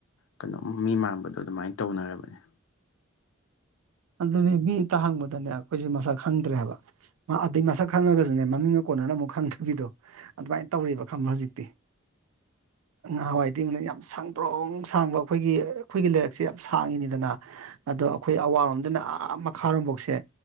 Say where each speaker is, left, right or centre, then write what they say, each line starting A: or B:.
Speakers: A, on the left (about 65°); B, on the right (about 85°).
A: ꯀꯩꯅꯣꯝ ꯃꯤ ꯃꯥꯟꯕꯗꯣ ꯑꯗꯨꯃꯥꯏ ꯇꯧꯅꯔꯕꯅꯦ
B: ꯑꯗꯨꯅꯦ ꯃꯤ ꯑꯃꯇ ꯍꯪꯕꯗꯅꯦ ꯑꯈꯣꯏꯁꯦ ꯃꯁꯛ ꯈꯪꯗ꯭ꯔꯦ ꯍꯥꯏꯕ ꯑꯗꯩ ꯃꯁꯛ ꯈꯪꯉꯒꯁꯨꯅꯦ ꯃꯃꯤꯡ ꯀꯣꯟꯅꯅ ꯑꯃꯨꯛ ꯈꯪꯗꯒꯤꯗꯣ ꯑꯗꯨꯃꯥꯏꯅ ꯇꯧꯔꯦꯕ ꯈꯪꯕ꯭ꯔ ꯍꯧꯖꯤꯛꯇꯤ ꯉꯍꯥꯟꯋꯥꯏ ꯢꯇꯦꯂꯩ ꯌꯥꯝ ꯁꯥꯡꯗ꯭ꯔꯣꯡ ꯁꯥꯡꯕ ꯑꯩꯈꯣꯏꯒꯤ ꯑꯩꯈꯣꯏꯒꯤ ꯂꯩꯥꯔꯛꯁꯦ ꯌꯥꯝ ꯁꯥꯡꯉꯤꯅꯦꯗꯅ ꯑꯗ ꯑꯩꯈꯣꯏ ꯑꯋꯥꯔꯣꯝ ꯑꯗꯨꯅ ꯑꯥ ꯃꯈꯥꯔꯣꯝꯐꯥꯎꯁꯦ